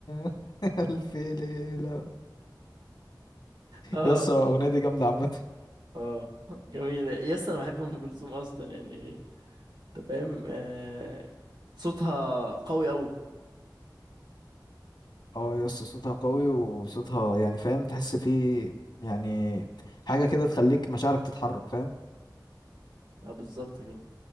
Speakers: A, on the left (about 60°); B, on the right (about 70°).
A: <laughs> ألف ليلة
B: اه
A: يس الأغنية دي جامدة عامة
B: اه جميلة يس أنا بحب أم كلثوم أصلا يعني أنت فاهم آه... صوتها قوي أوي
A: اه يس صوتها قوي وصوتها يعني فاهم تحس فيه يعني حاجة كده تخليك مشاعرك تتحرك فاهم
B: اه بالظبط كده